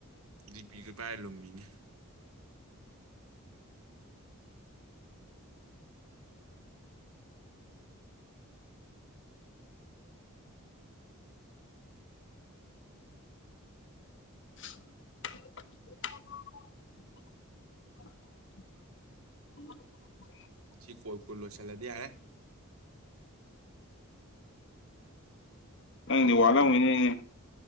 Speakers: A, on the right; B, on the left.
A: ꯗꯤ ꯄꯤꯒ ꯄꯥꯏꯔ ꯂꯨꯝꯃꯤꯅꯤ
B: ꯐ
A: ꯁꯤ ꯀꯣꯜ ꯀꯨꯜ ꯂꯣꯏꯁꯜꯂꯗꯤ ꯌꯥꯔꯦ
B: ꯅꯪꯗꯤ ꯋꯥꯠꯂꯝꯈꯤꯅꯤꯅꯦ